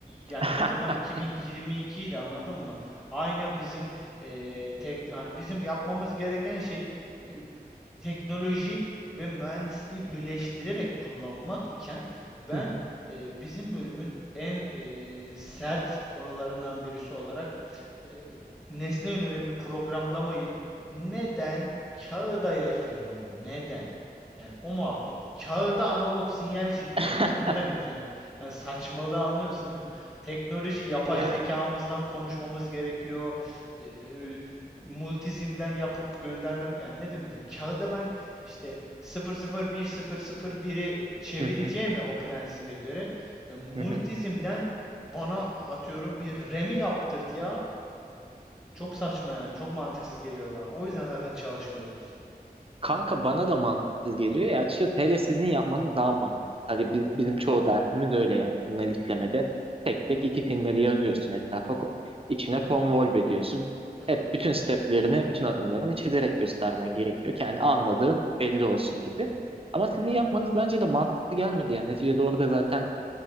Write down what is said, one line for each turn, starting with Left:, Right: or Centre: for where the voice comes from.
Left: yani
Right: <laughs>
Left: o zaman 2022 idi anladın mı? Aynı bizim eee tek yani bizim yapmamız gereken şey e, teknoloji ve mühendisliği birleştirerek kullanmak iken ben
Right: Hı hı.
Left: e, bizim bölümün en e, sert konularından birisi olarak e, nesne yönelimli programlamayı neden kağıda yazıyorum? Neden? Yani o muhabbet. Kağıda analog sinyal çiziyorum.
Right: <laughs>
Left: Onu demek istiyorum. Yani saçmalığı anlıyorsun değil mi? Teknoloji, yapay
Right: Ya.
Left: zekamızdan konuşmamız gerekiyor. Ee, multizimden yapıp göndermem yani ne demek istiyorum? Kağıda ben işte sıfır sıfır bir sıfır sıfır bir biri çevireceğime
Right: Hı hı,
Left: o prensibe göre e, multizimden
Right: hı hı.
Left: bana atıyorum bir remi yaptırt ya. Çok saçma yani. Çok mantıksız geliyordu bana. O yüzden zaten çalışmıyordum.
Right: Kanka bana da mantıksız geliyor ya açıkçası hele sizin yapmanız daha mantıksız. Hadi biz, bizim çoğu dersimiz öyle yani sinyal
Left: Hı
Right: işlemede
Left: hı,
Right: tek tek iki sinyali yazıyorsun etrafa ko- içine convolve ediyorsun.
Left: hı hı,
Right: Hep bütün steplerini bütün adımlarını çizerek göstermen gerekiyor ki yani anladığın belli olsun gibi. Ama
Left: hı,
Right: sizin yapmanız bence de mantıklı gelmedi yani neticede orada zaten